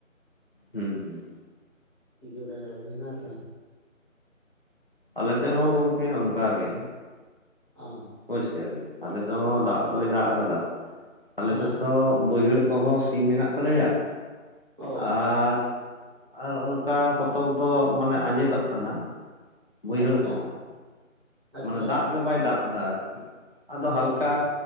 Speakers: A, on the left; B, on the right.
A: ᱦᱩᱸ ᱦᱩᱸ ᱾
B: ᱴᱤᱠᱟᱹ ᱫᱟᱲᱮᱭᱟᱜᱼᱟ ᱵᱤᱱ ᱦᱮᱸᱥᱮ ᱾
A: ᱟᱞᱮᱥᱮᱜ
B: ᱛᱟᱦᱚᱞᱮ
A: ᱦᱚᱸ ᱜᱚᱝᱠᱮ ᱚᱸᱠᱟ ᱜᱮ᱾
B: ᱟᱦ,
A: ᱵᱩᱡᱽ ᱠᱮᱜᱼᱟ ᱵᱮᱱ, ᱟᱞᱮ ᱥᱮᱜ ᱦᱚᱸ ᱫᱟᱜ ᱫᱚᱭ ᱫᱟᱜ ᱟᱠᱟᱫᱟ, ᱟᱞᱮᱥᱮᱫ
B: ᱦᱮᱸ
A: ᱫᱚ ᱵᱟᱹᱭᱦᱟᱹᱲ ᱠᱚᱦᱚ ᱥᱤ ᱢᱮᱱᱟᱜ ᱛᱟᱞᱮᱭᱟ
B: ᱚ
A: ᱟᱨᱻ ᱟᱨ ᱚᱱᱠᱟ ᱠᱚᱛᱚᱵ ᱫᱚ ᱢᱟᱱᱮ ᱟᱸᱡᱮᱫᱚᱜ ᱠᱟᱱᱟ ᱵᱟᱹᱭᱦᱟᱹᱲ
B: ᱟᱪᱪᱷᱟ
A: ᱠᱚᱦᱚᱸ᱾
B: ᱟᱪᱪᱷᱟ
A: ᱢᱟᱱᱮ ᱫᱟᱜ ᱜᱮ ᱵᱟᱭ ᱫᱟᱜ ᱮᱫᱟ ᱟᱨᱠᱤ, ᱟᱫᱚ
B: ᱟᱪᱪᱷᱟ
A: ᱦᱟᱞᱠᱟ